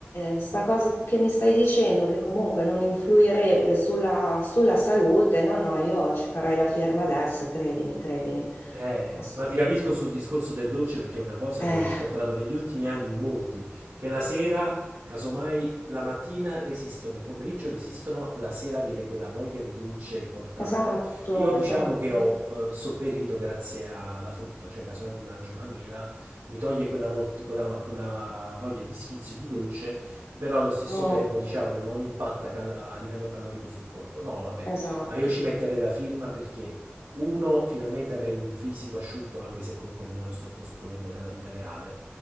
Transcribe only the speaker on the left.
eh, sta cosa che mi stai dicendo, che comunque non influirebbe sulla, sulla salute, no, no, io ci farei la firma adesso, credimi, credimi.
Ass-
Eh,
esatto,
esatto.
Mm,
esatto,